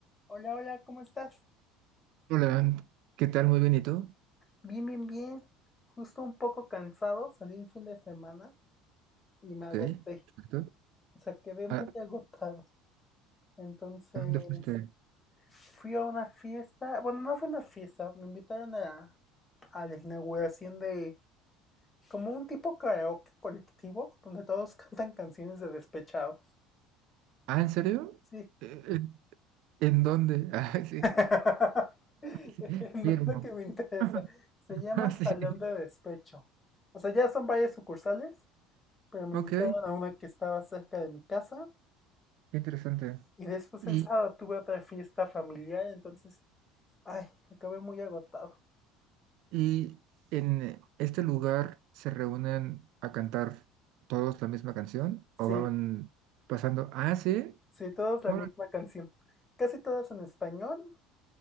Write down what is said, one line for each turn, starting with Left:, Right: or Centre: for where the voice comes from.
Left: Hola, hola, ¿cómo estás?
Right: Hola, ¿qué tal? Muy bien, ¿y tú?
Left: Bien, bien, bien. Justo un poco cansado, salí el fin de semana y me
Right: Ok,
Left: agoté.
Right: perfecto.
Left: O sea, quedé muy
Right: ¿A, a
Left: <laughs> agotado. Entonces,
Right: dónde fuiste?
Left: fui a una fiesta. Bueno, no fue una fiesta, me invitaron a, a la inauguración de como un tipo karaoke colectivo donde todos <laughs> cantan canciones de despechados.
Right: Ah, ¿en serio?
Left: Sí.
Right: Eh, eh, ¿En dónde? <laughs> Ah, sí,
Left: <laughs>
Right: sí,
Left: No
Right: firmo.
Left: es lo que me interesa.
Right: <laughs>
Left: Se llama
Right: Ah, sí,
Left: Salón de Despecho. O sea, ya son varias sucursales pero me
Right: ok,
Left: invitaron
Right: qué
Left: a una que estaba cerca de mi casa
Right: interesante.
Left: y después
Right: Y,
Left: el sábado tuve otra fiesta familiar, entonces, ay, acabé muy agotado.
Right: y en este lugar se reúnen a cantar todos la misma canción
Left: Sí,
Right: o van pasando? Ah, sí,
Left: sí, todas la
Right: bueno,
Left: misma canción. Casi todas en español,